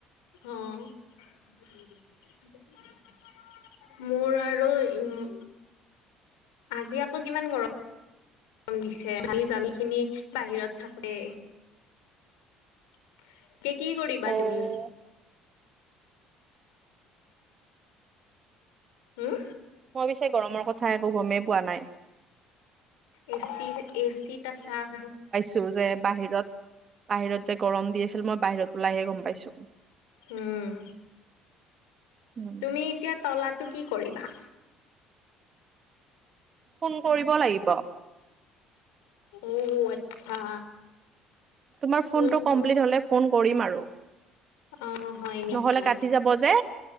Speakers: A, on the left (about 80°); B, on the right (about 40°).
A: অ'। <unintelligible> মোৰ আৰু উম, আজি আকৌ কিমান গৰ ৰম দিছে, <unintelligible> খিনি বাহিৰত থাকে। <unintelligible> কি কৰিবা
B: অ'
A: তুমি? হম?
B: মই পিছে গৰমৰ কথা একো গমেই পোৱা নাই।
A: এচিৰ এচিত আছা <unintelligible>
B: তোৰ যে বাহিৰত, বাহিৰত যে গৰম দি আছিল মই বাহিৰত ওলাইহে গম পাইছোঁ।
A: উম,
B: উম,
A: তুমি এতিয়া তলাটো কি কৰিবা?
B: ফোন কৰিব লাগিব।
A: অ', আচ্ছা।
B: তোমাৰ
A: কোনটো
B: ফোনটো কমপ্লিট হ'লে ফোন কৰিম আৰু।
A: অ', হয় নেকি?
B: নহ'লে কাটি যাব যে